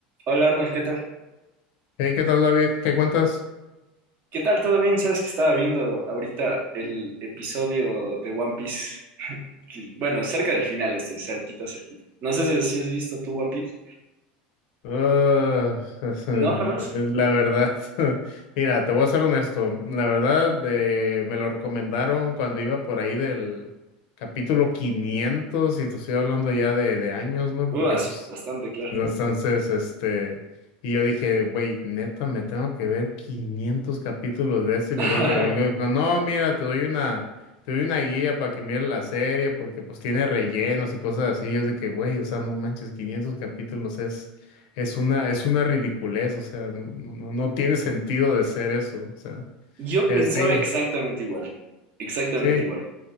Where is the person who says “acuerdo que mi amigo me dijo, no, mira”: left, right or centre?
Left